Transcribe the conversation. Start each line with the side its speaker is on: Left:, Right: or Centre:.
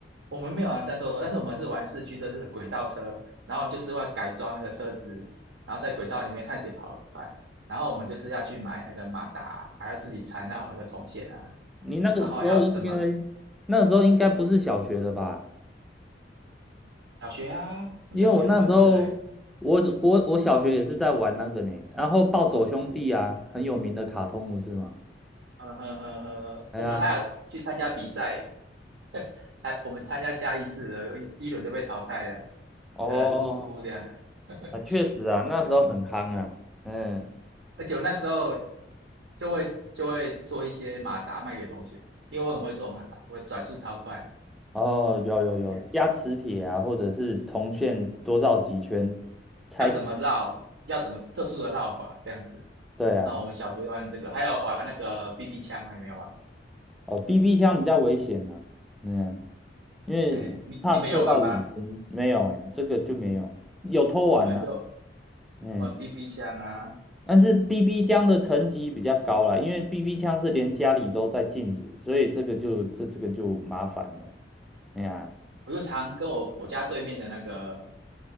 Right: 我们没有玩战斗陀，但是我们是玩四驱车，就是轨道车，然后就是要改装那个车子，然后在轨道里面看谁跑得快，然后我们就是要去买那个马达，还要自己缠绕那个铜线啊，
Centre: 你那个时候应该，
Right: 然后要怎么
Centre: 那时候应该不是小学的吧？
Right: 小学啊，我们小学都玩那个哎、
Centre: 因为我那时候，
Right: 欸
Centre: 我国我小学也是在玩那个呢，然后暴走兄弟啊，很有名的卡通不是吗？
Right: 呵呵呵呵，
Centre: 哎呀，
Right: 我们还有去参加比赛、欸，<laughs> 参我们参加嘉义市的，有一一轮就被淘汰了，
Centre: 哦，
Right: 呃，哭哭这样，<laughs>
Centre: 啊，确实啊，那时候很夯啊，嗯，
Right: 而且我那时候就会就会做一些马达卖给同学，因为我很会做马达，我的转速超快，
Centre: 哦，有有有，
Right: 哎，
Centre: 加磁铁啊，或者是铜线多绕几圈拆开。
Right: 要怎么绕，要怎么特殊的绕法这样子。
Centre: 对啊，
Right: 那我们小学玩这个，还有玩那个 BB 枪啊，你们有玩吗？
Centre: 哦，BB 枪比较危险呐、嗯，因为怕射到眼睛。
Right: 哎，你你们有玩吗？
Centre: 没有哎、这个就没有，有偷玩啦、
Right: 我们就
Centre: 嗯，
Right: 玩 BB 枪啊，
Centre: 但是 BB 枪的层级比较高啦，因为 BB 枪是连家里都在禁止，所以这个就这这个就麻烦了。哎呀、
Right: 我就常跟我我家对面的那个